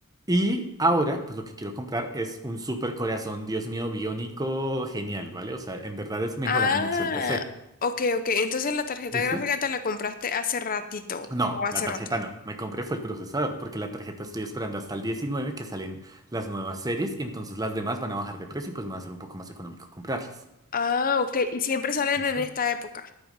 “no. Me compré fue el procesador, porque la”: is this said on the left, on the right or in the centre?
Right